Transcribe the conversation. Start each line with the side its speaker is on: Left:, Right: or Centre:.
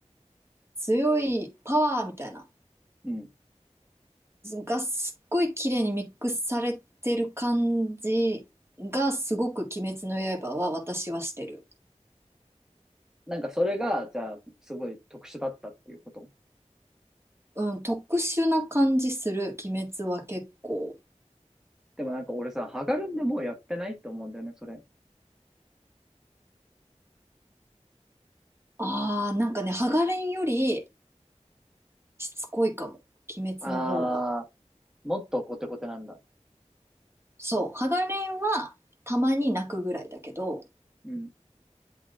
Right: 強いパワーみたいな、
Centre: うん。
Right: がすっごい綺麗にミックスされてる感じが、すごく鬼滅の刃は私はしてる。
Centre: なんかそれが、じゃあ、すごい特殊だったっていうこと。
Right: うん、特殊な感じする、鬼滅は結構。
Centre: でもなんか俺さ、ハガルンでもうやってないって思うんだよね、それ。
Right: ああ、なんかね、ハガレンよりしつこいかも、鬼滅の方が。
Centre: あー、もっとコテコテなんだ。
Right: そう、ハガレンはたまに泣くぐらいだけど、
Centre: うん。